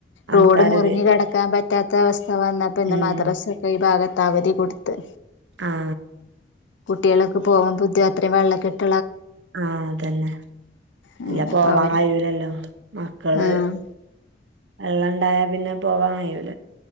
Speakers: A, on the right; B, on the left.
A: ആൾക്കാര്
B: റോഡ് മുറിഞ്ഞ
A: വരും
B: കിടക്കാൻ പറ്റാത്ത അവസ്ഥ വന്നാപ്പന്നെ
A: ഉം
B: മദ്രാസ ഒക്കെ ഈ ഭാഗത്ത് അവധി കൊടുത്ത്
A: ആ
B: കുട്ടികൾക്ക് പോകാൻ ബുദ്ധി അത്രയും വെള്ളം കെട്ട്
A: ആ അതന്നെ
B: അങ്ങനെപ്പ
A: അല്ല പോവാൻ
B: അവര്
A: കഴൂലല്ലോ മക്കള്
B: ആഹ്
A: വെള്ളണ്ടായ പിന്നെ പോവാൻ കഴിയു.